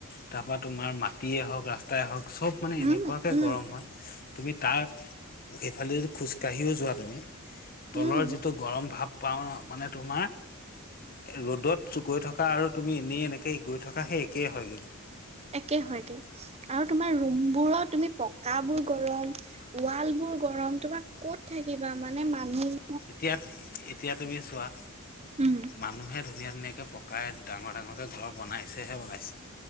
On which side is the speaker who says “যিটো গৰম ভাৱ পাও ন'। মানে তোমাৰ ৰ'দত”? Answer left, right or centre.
Left